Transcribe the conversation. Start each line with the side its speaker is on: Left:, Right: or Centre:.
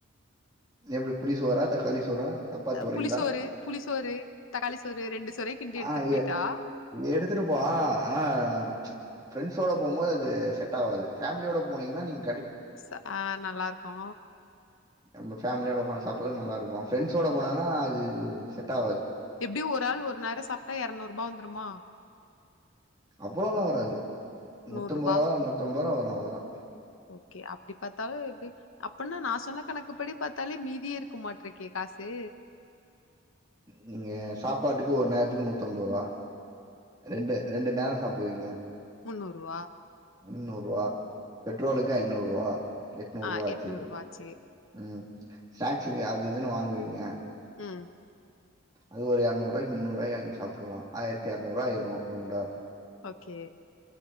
Right: எப்டி புளி சோறா தக்காளி சோ. சோறா சப்பாத்தி போடுறீங்களா.
Left: புளிசோறு புளிசோறு தக்காளி சோறு ரெண்டு சோறே கிண்டி எடுத்துட்டு
Right: ஆஹ
Left: போயிட்டா
Right: எடுத்துட்டு போலா ஆனா ம்ச். ஃப்ரெண்ட்ஸோட போம்போது அது செட் ஆகாது ஃபேமிலியோட போனிங்கன்னா நீங்.
Left: ச ஆஹ நல்லா இருக்கு.
Right: நம்ம ஃபேலியோட உக்காந்து சாப்புறது நல்லா இருக்கு. ஃப்ரெண்ட்ஸோட போனோனா அது செட் ஆகாது.
Left: எப்படி ஒரு ஆள் ஒரு நேரோ சாப்புட்டா எரநூறுபா வந்துருமா.
Right: அவ்வளோ எல்லா வராது. நூத்தொம்பதுருபா
Left: நூறுபா
Right: நூத்தொம்பதுருபா வரு. அவ்வளதா.
Left: ஓகே அப்படி பாத்தாலு எப்படி அப்படின்னா நா சொன்ன கணக்குப்படி பாத்தாலே மீதியே இருக்க மாட்டிருக்கே காசு.
Right: நீங்க சாப்பாட்டுக்கு ஒரு நேரத்துக்கு நூத்தம்பதுரூபா. ரெண்டு ரெண்டு நாள். சாப்புடுவீங்க.
Left: முன்னூரூவா.
Right: முன்னூரூவா. பெட்ரோலுக்கு ஐநூரூவா. எட்நூரூவா
Left: ஆ
Right: ஆச்சு
Left: எட்நூறுவா ஆச்சு
Right: உம். ஸ்நாக்ஸ்க்கு அது இதுன்னு வாங்குவீங்க.
Left: ம்.
Right: அது ஒரு எறநூறுவாய்க்கு முன்னூறுவாய்க்கு வாங்கி சாப்புல்லா ஆயிரத்தி எரநூறுவாயிரு ரவுண்டா
Left: ஓகே